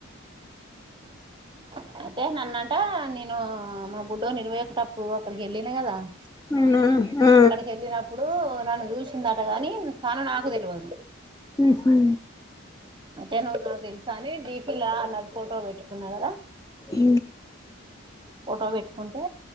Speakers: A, on the right; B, on the left.
A: <unintelligible> అయితే నన్నంట నేను మా బుడ్డోని ఇరవైయెకటప్పుడు అక్కడికెళ్ళిన కదా <unintelligible>
B: అవునా ఆ
A: అక్కడికెళ్ళినప్పుడు నన్ను చూసిందట కాని, తను నాకు తెల్వదు,
B: ఊహు
A: అయితే నువ్వు నాకు తెలుసాని డీపీలా నాది ఫోటో పెట్టుకున్నా, కాదా
B: ఈ
A: ఫోటో పెట్టుకుంటే